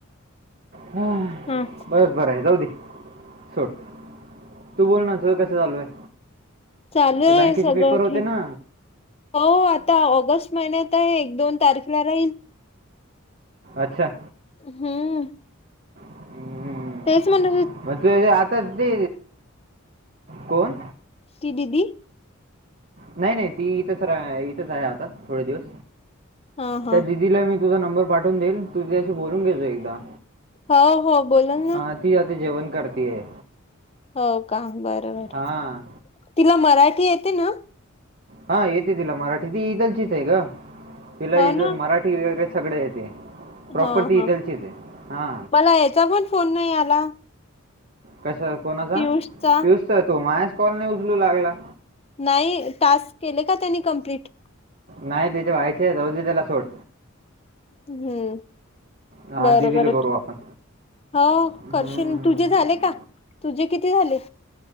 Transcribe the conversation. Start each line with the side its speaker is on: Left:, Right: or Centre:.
Right: हा.
Left: हं.
Right: बस बरं आहे जाऊ दे, सोड. तू बोल ना, तुझं कसं चालू आहे?
Left: चालू आहे
Right: तर बँकेचे
Left: सगळं
Right: पेपर होते
Left: ठीक.
Right: ना
Left: हो आता ऑगस्ट महिन्यात आहे, एक दोन तारखेला राहील.
Right: अच्छा.
Left: हम्म.
Right: हम्म.
Left: तेच म्हणून
Right: <unintelligible> आता ते कोण?
Left: ती दीदी
Right: नाही नाही ती इथच रा इथंच आहे आता, थोडे दिवस.
Left: हा हा
Right: त्या दिदीला मी तुझा नंबर पाठवून देईल, तू त्याशी बोलून घेजा एकदा.
Left: हो हो, बोलोल ना.
Right: हां ती आता जेवण करती आहे.
Left: हो का, बर बर.
Right: हां
Left: तिला मराठी येते ना?
Right: हा येते तिला मराठी, ती इथलचीच आहे गं. तिला
Left: हो
Right: इथे
Left: ना
Right: मरा ठी वगैरे सगळे येते. प्रॉपर
Left: हा
Right: ती
Left: हा
Right: इथलचीच आहे. हा.
Left: मला याचा पण फोन नाही आला.
Right: कशा कोणाचा?
Left: पियुषचा
Right: पियूषचा, तो मायाच कॉल नाही उचलू लागला.
Left: नाही, टास्क केले का त्याने कम्प्लीट?
Right: नाही त्याचे व्हायचे आहे, जाऊ दे त्याला सोड.
Left: हम्म,
Right: हां
Left: बर
Right: दिदीला
Left: बर.
Right: करू आपण
Left: हो
Right: हम्म.
Left: करशीन, तुझे झाले का, तुझे किती झाले?